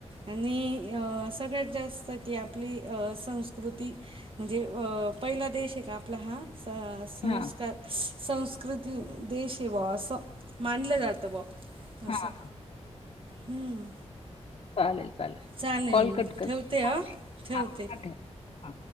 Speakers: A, on the right; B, on the left.
A: आणि, अ सगळ्यात जास्त ती आपली अ संस्कृती म्हणजे, अ पहिला देश आहे का आपला सा संस्कार
B: हां,
A: स संस्कृती देश य बुआ असं मानलं जातं बुआ असं
B: हां.
A: हं.
B: चालेल चालेल.
A: चालेल
B: कॉल
A: मग
B: कट कर.
A: ठेवते हं,
B: ओके.
A: ठेवते.
B: हां, हां ठेव. हां.